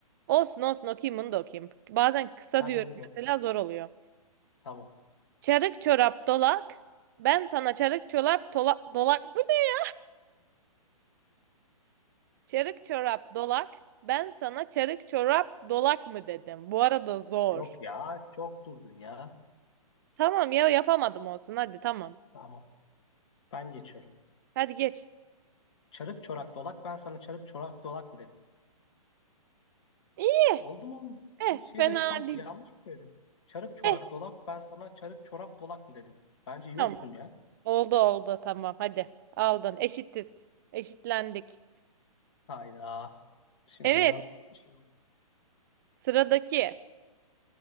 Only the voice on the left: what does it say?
Hadi
onu da
oku.
Tamam.
Yok ya çok durdun ya.
Tamam ben geçiyorum.
Çarık çorak dolak ben sana çarık çorak dolak mı dedim.
Oldu mu oğlum?
Bir şey
de sanki
yanlış mı söyledim? Çarık çorak
dolak ben sana çarık çorap dolak mı dedim. Bence iyi
okudum ya.
Hayda. Şimdi
biraz şey oldu.